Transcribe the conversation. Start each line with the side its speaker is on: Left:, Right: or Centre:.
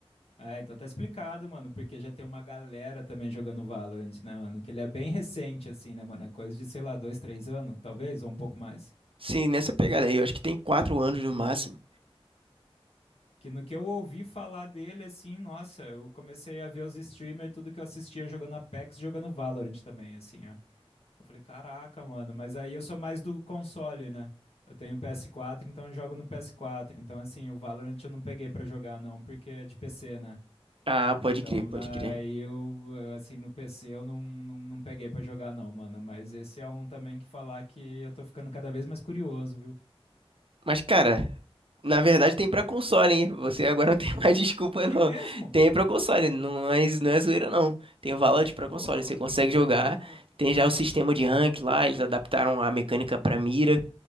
Left: É, então tá explicado, mano, porque já tem uma galera também jogando Valorant, né, mano? Que ele é bem recente, assim, né, mano? É coisa de, sei lá, dois, três anos, talvez, ou um pouco mais.
Right: Sim, nessa pegada aí, eu acho que tem quatro anos no máximo.
Left: Que no que eu ouvi falar dele, assim, nossa, eu comecei a ver os streamers, tudo que eu assistia jogando Apex, jogando Valorant também, assim, ó. Eu falei, caraca, mano, mas aí eu sou mais do console, né? Eu tenho PS4, então eu jogo no PS4. Então, assim, o Valorant eu não peguei pra jogar, não, porque é de PC, né?
Right: Ah, pode
Left: Então,
Right: crer, pode
Left: aí
Right: crer.
Left: eu, eu, assim, no PC eu não, não, não peguei pra jogar, não, mano. Mas esse é um também que falar que eu tô ficando cada vez mais curioso, viu?
Right: Mas, cara, na verdade tem pra console, hein? Você agora não tem <laughs> mais desculpa,
Left: Tem
Right: não.
Left: mesmo?
Right: Tem pra console, não é, não é zoeira, não. Tem o Valorant pra
Left: Pô.
Right: console, você consegue jogar. Tem já o sistema de rank lá, eles adaptaram a mecânica pra mira.